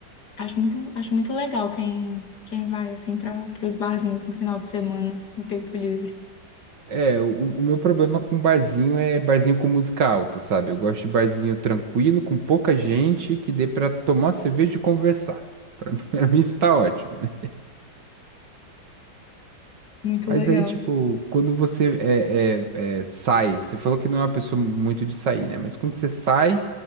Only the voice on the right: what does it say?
É, o, o meu problema com barzinho é barzinho com música alta, sabe? Eu gosto de barzinho tranquilo, com pouca gente, que dê pra tomar cerveja e conversar. Pra mim, <laughs> pra mim isso tá ótimo. né?
Mas
aí, tipo, quando você é, é, é, sai, você falou que não é uma pessoa muito de sair, né? Mas quando você sai,